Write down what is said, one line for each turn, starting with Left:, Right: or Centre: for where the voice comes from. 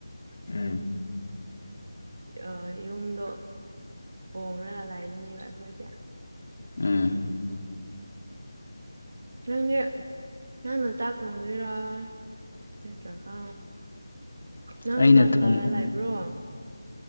Left: ꯎꯝ
Right: ꯑ ꯌꯨꯝꯗꯣ ꯍꯣꯡꯔꯒ ꯂꯥꯛꯏꯕꯅꯦꯕ ꯑꯩꯈꯣꯏꯖꯦ
Left: ꯎꯝ
Right: ꯅꯪꯗꯤ ꯅꯪꯅ ꯆꯥꯛ ꯊꯣꯡꯗꯣꯏꯔꯣ ꯅꯠꯇ꯭ꯔꯒ ꯅꯪ
Left: ꯑꯩꯅ
Right: ꯀꯅꯥ
Left: ꯊꯣꯡ
Right: ꯀꯅꯥꯒ ꯂꯩꯕ꯭ꯔꯣ ꯑꯣ